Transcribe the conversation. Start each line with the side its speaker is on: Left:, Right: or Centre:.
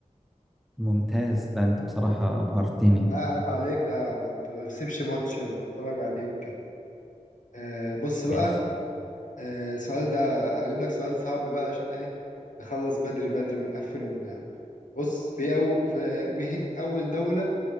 Centre: ممتاز لا انت بصراحة ابهرتني
Left: لا عيب عليك لا ما بسيبش ماتش اللي بتفرج عليه وكده آه بص بقى
Centre: ماشي
Left: آه السؤال ده اجيب لك سؤال صعب بقى عشان ايه نخلص بدري بدري ونقفل وننام بص في أو في مه- اول دولة